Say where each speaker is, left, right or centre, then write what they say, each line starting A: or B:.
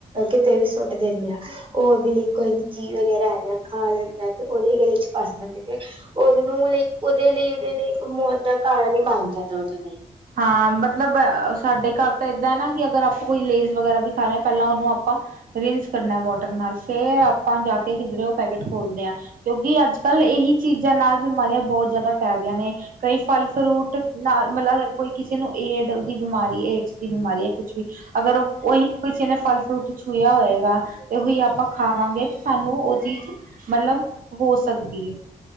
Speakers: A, on the right; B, on the right.
A: ਕਿਤੇ ਵੀ ਸੁੱਟ ਦਿੰਨੇ ਆ। ਓ ਓਦੇ ਲਈ ਕੋਈ ਵੀ ਜੀਵ ਵਗੈਰਾ ਹੈਗਾ, ਖਾ ਲੈਂਦਾ ਤੇ ਓਦੇ ਗਲੇ ਚ ਫਸ ਜਾਂਦੇ ਨੇ। ਓਨੂੰ ਲਈ ਓਦੇ ਲਈ ਓਦੇ ਲਈ ਮੌਤ ਦਾ ਕਾਰਨ ਈ ਬਣ ਜਾਦਾ ਓਦੇ ਲਈ।
B: ਹਾਂ ਮਤਲਬ ਸਾਡੇ ਘਰ ਤਾਂ ਏਦਾਂ ਨਾ ਕੀ ਅਗਰ ਆਪਾਂ ਕੋਈ ਲੇਜ ਵਗੈਰਾ ਵੀ ਖਾ ਰੇ ਆ ਪਹਿਲਾਂ ਓਨੂੰ ਆਪਾਂ ਰਿੰਨਸ ਕਰਨਾਂ ਵੋਟਰ ਨਾਲ, ਫੇਰ ਆਪਾਂ ਜਾ ਕੇ ਕਿਧਰੇ ਓ ਪੈਕੇਟ ਖੋਲਦੇ ਆ। ਕਿਉਂਕਿ ਅੱਜ ਕੱਲ ਏਹੀ ਚੀਜ਼ਾਂ ਨਾਲ ਬਿਮਾਰੀਆਂ ਬੋਹਤ ਜਾਦਾ ਫੈਲਦੀਆਂ ਨੇ। ਕਈ ਫ਼ਲ ਫਰੂਟ ਨਾਲ਼ ਮਤਲਬ ਕੋਈ ਕਿਸੇ ਨੂੰ ਏਡ ਦੀ ਬਿਮਾਰੀ ਏਡਸ ਦੀ ਬਿਮਾਰੀ ਐ ਕੁੱਛ ਵੀ ਅਗਰ ਓ ਓਈ ਕਿਸੇ ਨੇ ਫ਼ਲ ਫਰੂਟ ਛੂਇਆ ਹੋਏਗਾ ਤੇ ਓਹੀ ਆਪਾਂ ਖਾਵਾਂਗੇ ਸਾਨੂੰ ਓ ਚੀਜ਼ ਮਤਲਬ ਹੋ ਸਕਦੀ ਏ।